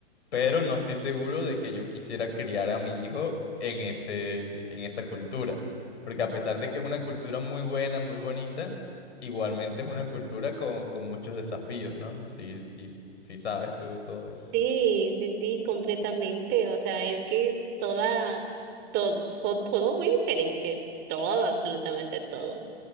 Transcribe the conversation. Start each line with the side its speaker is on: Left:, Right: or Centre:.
Left: pero no estoy seguro de que yo quisiera criar a mi hijo en ese, en esa cultura. Porque a pesar de que es una cultura muy buena, muy bonita, igualmente es una cultura con, con muchos desafíos, ¿no? Sí, sí, sí sabes tú todo eso.
Right: sí, sí, sí, completamente, o sea, es que toda, todo, todo muy diferente, todo, absolutamente todo.